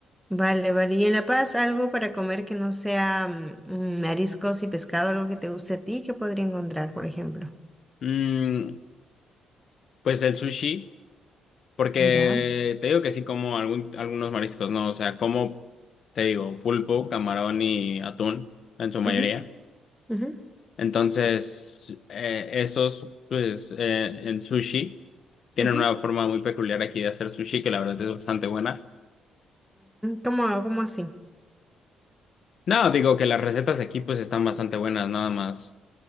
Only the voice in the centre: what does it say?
Vale, vale. ¿Y en La Paz algo para comer que no sea mm, mariscos y pescado, algo que te guste a ti, que podría encontrar, por ejemplo?
Ya.
Ujú, ujú,
ujú,
ujú.
¿Cómo, cómo así?